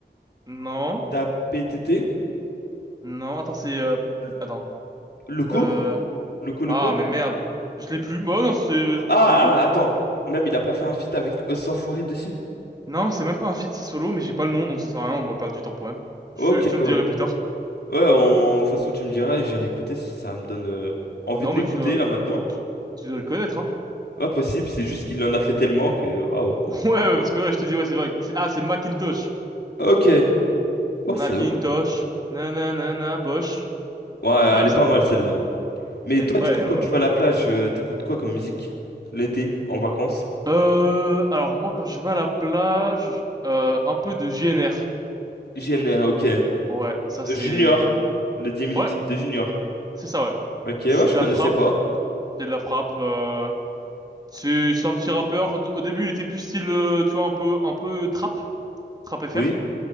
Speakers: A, on the right; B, on the left.
A: non,
B: t'as PTT,
A: non, attends, c'est, euh,
B: L-
A: attends,
B: Loco,
A: euh,
B: Loco, Loco.
A: ah mais merde, je l'ai plus. Bon, non, c'est,
B: Ah,
A: tant pis.
B: ah, attends. Même, il a pas fait un feat avec Os Sans Foiret dessus?
A: Non, c'est même pas un feat, c'est solo, mais j'ai pas le nom, donc ça sert à rien, on va perdre du temps pour rien.
B: Ok,
A: Je, je te le
B: ouais.
A: dirai plus tard.
B: Ouais, on- de toute façon, tu me diras, j'irai écouter. Ça me donne euh, envie
A: Non,
B: de
A: mais
B: l'écouter,
A: tu dois,
B: là, maintenant.
A: tu dois le connaître, hein.
B: Ouais, possible. C'est juste qu'il en a fait tellement que... Waouh.
A: <laughs> Ouais, ouais, parce que ouais, je te dis, ouais, c'est vague. C'est, ah, c'est Macintosh.
B: Ok. Ouais,
A: Macintosh.
B: c'est... Ouais,
A: Nanana, Bosch.
B: Ouais,
A: Incroyable,
B: elle est pas
A: ça, là.
B: mal, celle-là. Mais
A: Et-
B: toi, du
A: ouais,
B: coup,
A: incroyable.
B: quand tu vas à la plage, euh, t'écoutes quoi comme musique? L'été, en vacances?
A: Euh, alors moi, quand je vais à la plage, euh, un peu de GNR.
B: JNR, ok.
A: Ouais, ça c'est...
B: Junior, le diminutif
A: Ouais,
B: de Junior.
A: c'est ça, ouais.
B: Ok, ouais,
A: C'est
B: je
A: de
B: connaissais
A: la frappe,
B: pas.
A: c'est de la frappe. euh, C'est c'est un petit rappeur. D- Au début, il était plus style, euh, tu vois, un peu, un peu trap, trap FR.
B: Oui.